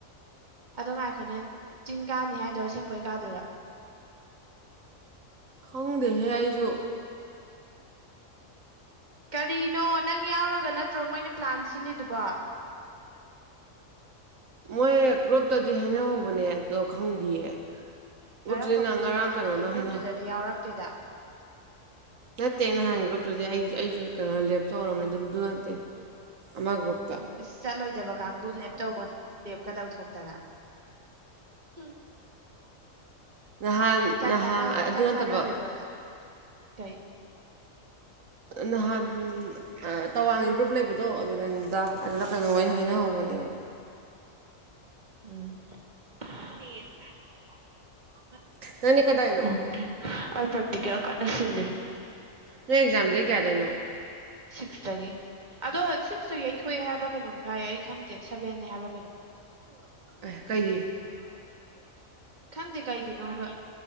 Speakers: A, on the right (about 35°); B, on the right (about 75°).
A: ꯑꯗꯣ ꯉꯥꯏꯈꯣꯅꯦ ꯆꯤꯡ ꯀꯥꯅꯦ ꯍꯥꯏꯗꯣ ꯑꯁꯦꯡꯕꯩ ꯀꯥꯗꯨꯏꯔꯥ
B: ꯈꯪꯗꯦꯍꯦ ꯑꯩꯁꯨ
A: ꯀꯔꯤꯅꯣ ꯅꯪ ꯌꯥꯎꯔꯒ ꯅꯠꯇ꯭ꯔꯣ ꯃꯣꯏꯅ ꯄ꯭ꯂꯥꯟ ꯁꯤꯜꯂꯤꯗꯨꯕꯨ
B: ꯃꯣꯏ ꯒ꯭ꯔꯨꯞꯇꯗꯤ ꯍꯥꯏꯅꯍꯧꯕꯅꯦ ꯑꯗꯣ ꯈꯪꯗꯤꯌꯦ ꯒ꯭ꯔꯨꯞꯇꯨꯗꯤ
A: ꯀꯔꯝꯕ
B: ꯅꯍꯥꯟ
A: ꯒ꯭ꯔꯨꯞꯅꯣ
B: ꯉꯔꯥꯡ
A: ꯅꯍꯥꯟꯒꯤ
B: ꯀꯩꯅꯣꯅ
A: ꯒ꯭ꯔꯨꯞꯇꯨꯗꯗꯤ
B: ꯍꯥꯏꯅ
A: ꯌꯥꯎꯔꯛꯇꯦꯗ
B: ꯅꯠꯇꯦ ꯅꯍꯥꯟ ꯒ꯭ꯔꯨꯞꯇꯨꯗꯤ ꯑꯩ ꯑꯩꯁꯨ ꯀꯩꯅꯣ ꯂꯦꯞꯇꯧꯔꯕꯅꯤ ꯑꯗꯨꯗꯨ ꯅꯠꯇꯦ ꯑꯃ ꯒ꯭ꯔꯨꯞ
A: ꯎꯝ ꯏꯁ ꯆꯠꯂꯣꯏꯗꯕ ꯀꯥꯡꯒꯨ ꯂꯦꯞꯇꯧ ꯂꯦꯞꯀ ꯇꯧꯊꯣꯛꯇꯅ ꯍꯨꯝ
B: ꯅꯍꯥꯟ
A: ꯆꯥꯛ
B: ꯅꯍꯥꯟ
A: ꯆꯥꯅ
B: ꯑꯗꯨ ꯅꯠꯇꯕ
A: ꯆꯥꯅꯗꯣꯏꯔꯣ ꯅꯪ ꯀꯩ
B: ꯅꯍꯥꯟ ꯑꯥ ꯇꯋꯥꯡꯒꯤ ꯒ꯭ꯔꯨꯞ ꯂꯩꯕꯗꯣ ꯑꯗꯨꯗꯅꯤꯗ ꯑꯗꯨꯗ ꯀꯩꯅꯣ ꯑꯣꯏꯅ ꯍꯥꯏꯅꯍꯧꯕꯅꯦꯕ
A: ꯎꯝ <unintelligible>
B: ꯅꯪꯗꯤ ꯀꯩꯗꯧꯔꯤꯅꯣ
A: ꯑꯣꯀꯦ ꯑꯩ ꯄ꯭ꯔꯦꯛꯇꯤꯀꯦꯜ ꯀꯟꯅ ꯁꯤꯜꯂꯤ
B: ꯅꯣꯏ ꯑꯦꯛꯖꯥꯝ ꯗꯦꯠ ꯀꯌꯥꯗꯩꯅꯣ
A: ꯁꯤꯛꯇꯒꯤ ꯑꯗꯣ ꯁꯤꯛꯁꯇꯨ ꯌꯩꯊꯣꯛꯑꯦ ꯍꯥꯏꯕ꯭ꯔꯥ ꯀꯩꯅꯣꯝꯖꯨ ꯍꯥꯏꯌꯦ ꯑꯩ ꯈꯪꯗꯦ ꯁꯥꯕꯦꯟꯅꯦ ꯍꯥꯏꯕ꯭ꯔꯥ ꯀꯩꯅꯣ ꯈꯪꯗꯦ
B: ꯑꯦ
A: ꯑꯩ
B: ꯀꯩꯒꯤ
A: ꯃꯥ ꯍꯥꯏꯔꯝꯃꯤꯗꯣ <unintelligible> ꯈꯪꯗꯦ ꯀꯩꯒꯤꯅꯣ ꯍꯥꯏꯕ